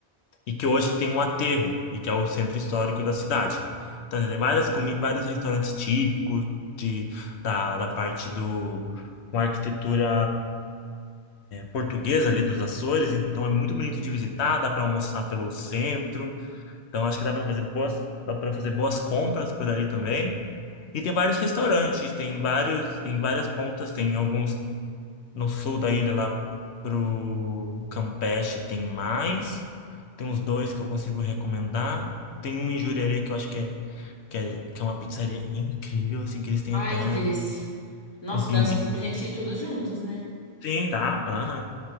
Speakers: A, on the left; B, on the left.
A: E que hoje tem um aterro, e que é o centro histórico da cidade. Então, tem várias comi vários restaurantes típicos de, da, da parte do com arquitetura portuguesa ali dos Açores, então é muito bonito de visitar, dá para almoçar pelo centro, então acho que dá para fazer boas, dá para fazer boas compras por ali também. E tem vários restaurantes, tem vários em várias pontas, tem alguns no sul da ilha lá pro Campeche tem mais, tem uns dois que eu consigo recomendar, tem um em Jurerê que eu acho que é que é, que é uma pizzaria incrível, assim, que eles têm
B: Ai,
A: até
B: que delícia. Nossa,
A: com pimenta.
B: dá super pra gente ir todos juntos, né?
A: Sim, dá. aham.